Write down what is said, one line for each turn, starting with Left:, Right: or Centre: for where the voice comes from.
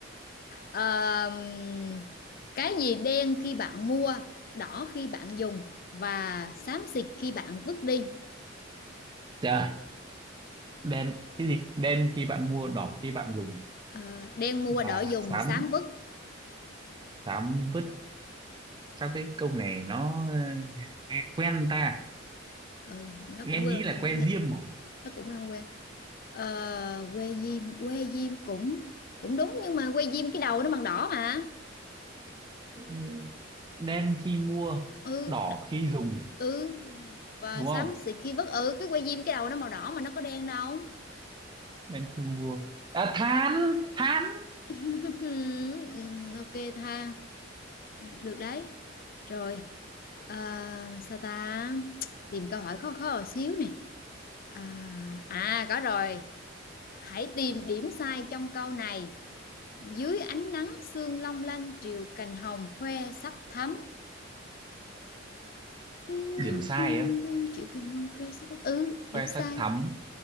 Left: ờm, cái gì đen khi bạn mua đỏ khi bạn dùng và xám xịt khi bạn vứt đi
Right: trời đen cái gì đen khi bạn mua đỏ khi bạn dùng
Left: Ờ, đen mua
Right: và
Left: đỏ dùng
Right: xám
Left: xám vứt
Right: xám vứt sao cái câu này nó ờ, nghe quen ta
Left: ừ, nó
Right: em
Left: cũng quên
Right: nghĩ là que diêm mà
Left: nó cũng quen quen Ờ, que diêm que diêm cũng cũng đúng nhưng mà que diêm cái đầu nó bằng đỏ mà
Right: Ừ, đen khi mua
Left: ừ
Right: đỏ
Left: đ-
Right: khi dùng
Left: ừ và
Right: đúng
Left: xám
Right: không
Left: xịt khi vứt ừ cái que diêm cái đầu nó màu đỏ mà nó có đen đâu
Right: đen khi mua à, than than
Left: <laughs> ok tha được đấy rồi à, sao ta tìm câu hỏi khó khó một xíu nè à, à có rồi hãy tìm điểm sai trong câu này dưới ánh nắng sương long lanh triều cành hồng khoe sắc thắm dưới nắng
Right: điểm sai
Left: sương long
Right: á
Left: lanh triều cành hồng khoe sắc thắm ừ điểm
Right: que
Left: sai
Right: sắt thắm